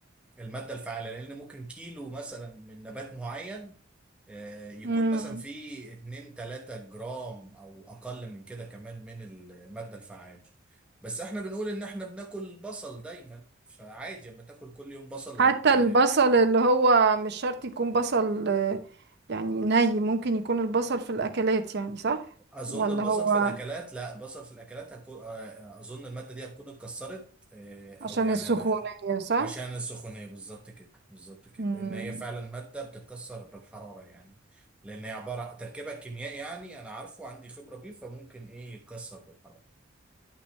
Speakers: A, in the centre; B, on the right.
A: الماده الفعاله لان ممكن كيلو مثلا من نبات معين آه، يكون
B: مم.
A: مثلا فيه 2 3 جرام او اقل من كده كمان من الماده الفعاله بس احنا بنقول ان احنا بناكل بصل دايما فعادي اما تاكل كل يوم بصل
B: حتى
A: وت...
B: البصل اللي هو مش شرط يكون بصل آه، يعني ني ممكن يكون البصل في الأكلات يعني صح
A: اظن
B: ولا
A: البصل
B: هو
A: في الاكلات لا البصل في الاكلات هكون آه، آه، اظن الماده دي هتكون اتكسرت آه، او
B: عشان
A: يعني
B: السخونية
A: انا
B: صح
A: عشان السخونيه بالظبط كده بالظبط كده
B: مم.
A: لان هي فعلا ماده بتتكسر بالحراره يعني لان هي عباره تركيبها الكيميائي يعني انا عارفه عندي خبره بيه فممكن ايه يتكسر بالحراره